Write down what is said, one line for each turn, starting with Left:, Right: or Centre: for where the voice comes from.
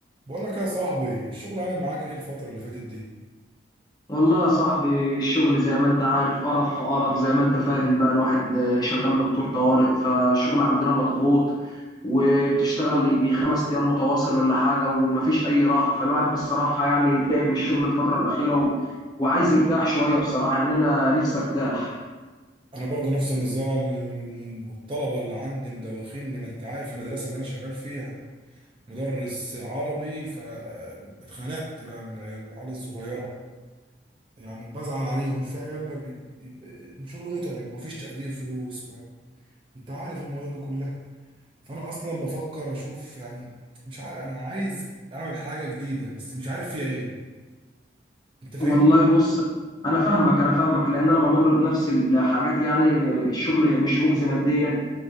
Right: بقول لك يا صاحبي الشغل عامل معاك ايه الفترة اللي فاتت دي؟
Left: والله يا صاحبي الشغل زي ما انت عارف قرف في قرف زي ما انت فاهم بقى الواحد شغال دكتور طوارئ فالشغل عندنا مضغوط وبتشتغل يجي خمس ايام متواصل ولا حاجة ومفيش اي راحة فالواحد بصراحة يعني تعب من الشغل الفترة الأخيرة و... وعايز يرتاح شوية بصراحة يعني انا نفسي ارتاح
Right: أنا برضه نفس النظام وم- والطلبة اللي عندي مدوخيني ما أنت عارف المدرسة اللي أنا شغال فيها مدرس عربي فاتخنقت بقى من العيال العيال الصغيرة يعني بزعل عليهم في عيال ما بي... بي- شغل متعب ومفيش تقدير فلوس ما أنت عارف الموضوع ده كله فأنا أصلا بفكر أشوف يعني مش عارف أنا عايز أعمل حاجة جديدة بس مش عارف فيها إيه أنت فاهمني؟
Left: والله بص انا فاهمك انا فاهمك لان انا بمر بنفس الحاجات يعني الشغل مش مجزي ماديا